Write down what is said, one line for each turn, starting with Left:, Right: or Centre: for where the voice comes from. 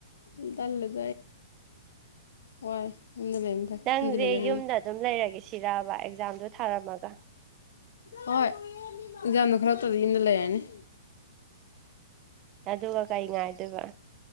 Left: <unintelligible> ꯋꯥꯏ ꯌꯨꯝꯗ ꯂꯩꯕꯅ ꯐꯩ
Right: ꯅꯪꯖꯦ
Left: ꯌꯨꯝꯗ ꯂꯩꯒꯅꯨ
Right: ꯌꯨꯝꯗ ꯑꯗꯨꯝ ꯂꯩꯔꯒꯦ ꯁꯤꯔꯕ ꯑꯦꯛꯖꯥꯝꯗꯣ ꯊꯥꯔꯝꯃꯒ
Left: ꯍꯣꯏ ꯑꯦꯛꯖꯥꯝꯗꯣ ꯈꯜꯂꯛꯇꯗꯤ ꯌꯨꯝꯗ ꯂꯩꯔꯅꯤ
Right: ꯑꯗꯨꯒ ꯀꯩ ꯉꯥꯏꯗꯣꯏꯕ